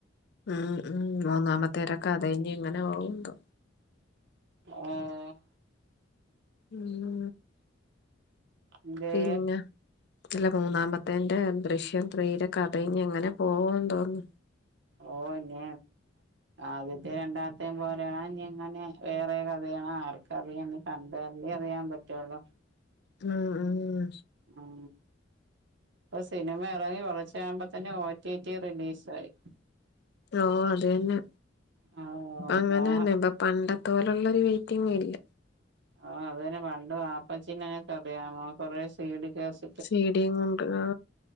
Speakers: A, on the left; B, on the right.
A: ഉം ഉം മൂന്നാമത്തെരെക്കഥയിനി എങ്ങനെ പോകോ എന്തോ
B: ആഹ്
A: ഉം
B: എന്തേ
A: പിന്നെ ഇല്ല മൂന്നാമത്തേന്റെ ദൃശ്യം ത്രീയിലെ കഥയിഞ്ഞി എങ്ങനെ പോകോ എന്തോന്ന്
B: ഓഹ് ഇഞ്ഞി ആദ്യത്തെ രണ്ടാമത്തേ പോലെയാണ് ഇഞ്ഞി ഇങ്ങനെ വേറെ കഥയാണ് ആർക് ക്കറിയാം ഇനി കണ്ടല്ലേ അറിയാൻ പറ്റുള്ളൂ
A: ഉം ഉം
B: ഉം ഇപ്പൊ സിനിമ ഇറങ്ങി കുളച്ചാകുമ്പോ തന്നെ ഓ ടി പി റിലീസായി
A: ഓഹ് അത് തന്നെ
B: ആ
A: അങ്ങനെ
B: മോഹൻ
A: തന്നെ ഇപ്പൊ പണ്ടത്തെ പോലുള്ളൊരു വെയ് റ്റിങ്ങില്ല
B: ആഹ് അത് തന്നെ പണ്ട് വാപ്പച്ചീനെയെക്കറിയാമോ കൊറേ സീ ഡി ക്കാസ്
A: സീ ഡിയും കൊണ്ട് ആ